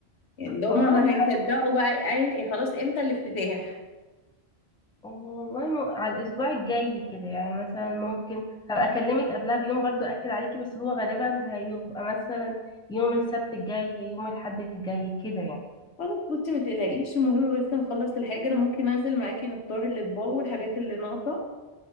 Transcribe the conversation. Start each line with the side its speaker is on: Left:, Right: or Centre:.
Left: يعني ده
Centre: والله
Left: هما ما هيصدقوا بقى عين إيه خلاص امتى الافتتاح
Centre: والله م... على الأسبوع الجاي كده يعني مثلا ممكن هبقى أكلمك قبلها بيوم برضو أكد عليكي بس هو غالبا هيبقى مثلا يوم السبت الجاي يوم الأحد الجاي كده يعني
Left: خلاص بصي ما تقلقيش المهم بس نخلص الحاجه انا ممكن انزل معاكي نختار الاطباق والحاجات اللي ناقصه